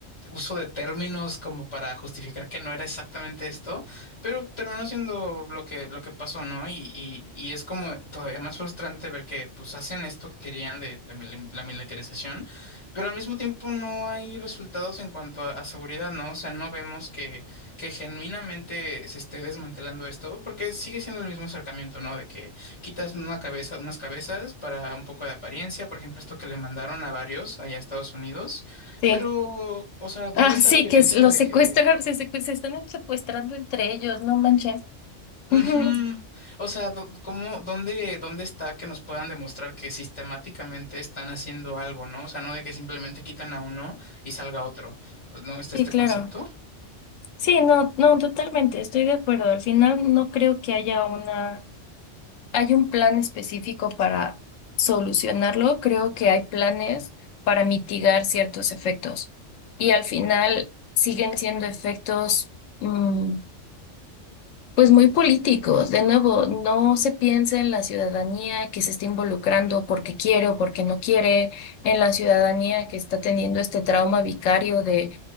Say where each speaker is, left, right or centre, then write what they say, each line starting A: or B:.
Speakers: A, on the left (about 25°); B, on the left (about 85°).
A: uso de términos como para justificar que no era exactamente esto pero terminó siendo lo que, lo que pasó, ¿no? Y, y, y es como todavía más frustrante ver que pues hacen esto que querían de, de mili- la militarización, pero al mismo tiempo no hay resultados en cuanto a, a seguridad, ¿no? O sea, no vemos que, que genuinamente se esté desmantelando esto, porque sigue siendo el mismo acercamiento, ¿no? De que quitas una cabeza, unas cabezas para un poco de apariencia, por ejemplo, esto que le mandaron a varios allá a Estados Unidos,
B: Sí.
A: pero, o sea, ¿dónde
B: Ah,
A: está
B: sí,
A: la evidencia
B: que es- los
A: de
B: secuestran,
A: que
B: se, secue- se están secuestrando entre ellos, no manches.
A: Ujú.
B: Ujú,
A: O sea, do- ¿cómo, dónde, dónde está que nos puedan demostrar que sistemáticamente están haciendo algo, ¿no? O sea, no de que simplemente quitan a uno y salga otro. ¿No está
B: Sí,
A: este
B: claro.
A: concepto?
B: Sí, no, no, totalmente, estoy de acuerdo. Al final no creo que haya una hay un plan específico para solucionarlo, creo que hay planes para mitigar ciertos efectos y al final siguen siendo efectos mm, pues muy políticos. De nuevo, no se piensa en la ciudadanía que se está involucrando porque quiere o porque no quiere, en la ciudadanía que está teniendo este trauma vicario de